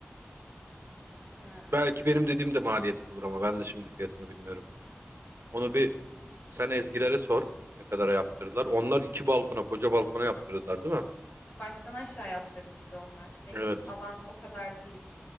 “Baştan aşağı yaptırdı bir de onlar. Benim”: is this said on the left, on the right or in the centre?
Left